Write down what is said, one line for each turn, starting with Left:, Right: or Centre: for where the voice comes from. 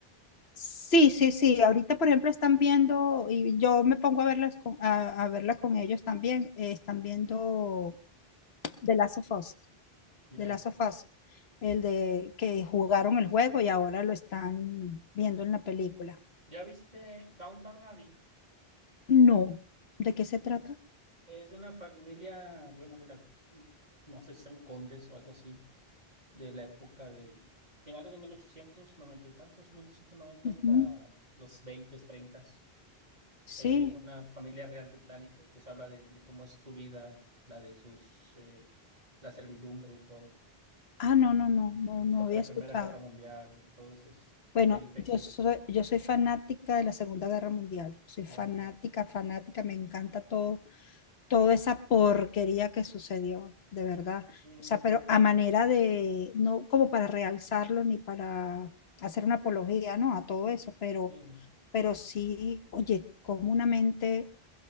Left: Sí, sí, sí. Ahorita, por ejemplo, están viendo, y yo me pongo a verlas con, a, a verla con ellos también, eh, están viendo The Last of Us,
Right: Ya.
Left: The Last of Us, el de que jugaron el juego y ahora lo están viendo en la película.
Right: ¿Ya viste Downtown Abbey?
Left: No. ¿De qué se trata?
Right: Es de una familia, bueno, de la, no sé si son condes o algo así, de la época de finales de 1890 y tantos, mil ochocientos noventa
Left: Ujú.
Right: hasta los 20 30.
Left: Sí.
Right: Eh, una familia real británica y pues habla de, de cómo es su vida, la de sus, eh, la servidumbre y todo.
Left: Ah, no, no, no,
Right: Este,
Left: no,
Right: les
Left: no
Right: toca
Left: había
Right: la
Left: escuchado.
Right: Primera Guerra Mundial, todas esas
Left: Bueno,
Right: peripecias,
Left: yo soy, yo soy fanática de la Segunda Guerra Mundial. Soy
Right: ya.
Left: fanática, fanática, me encanta todo toda esa porquería que sucedió, de verdad.
Right: Sí,
Left: O sea, pero a manera de, no como para realzarlo ni para hacer una apología, ¿no? A todo eso, pero,
Right: sí.
Left: pero sí, oye, como una mente